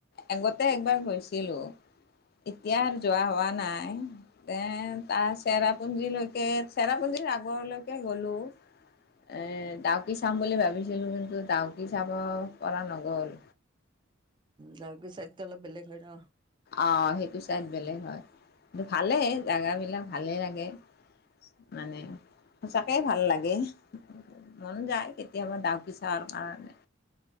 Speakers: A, on the left; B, on the right.
A: আগতে একবাৰ গৈছিলোঁ। এতিয়া যোৱা হোৱা নাই। এ, তাৰ চেৰাপুঞ্জী লৈকে, চেৰাপুঞ্জী আগৰলৈকে গলোঁ। এ, ডাউকি চাম বুলি ভাবিছিলোঁ। কিন্তু, ডাউ কি চাব পৰা নগ'ল।
B: ডাউকি চাইডটো অলপ বেলেগ হয় ন
A: অ'! সেইটো চাইড বেলেগ হয়। ভালেই জাগা বিলাক, ভালে লাগে। মানে সঁচাকে ভাল লাগে। মন যায় কেতিয়াবা দাউকি চাৰ কাৰণে